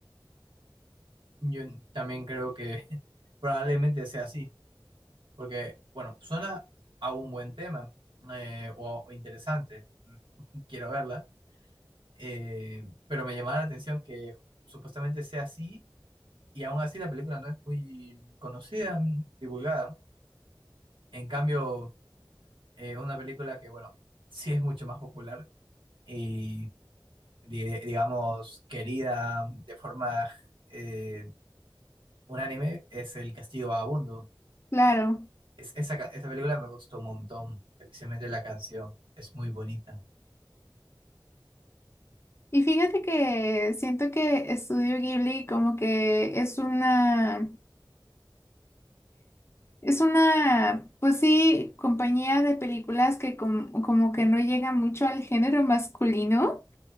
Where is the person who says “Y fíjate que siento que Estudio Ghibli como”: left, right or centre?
Left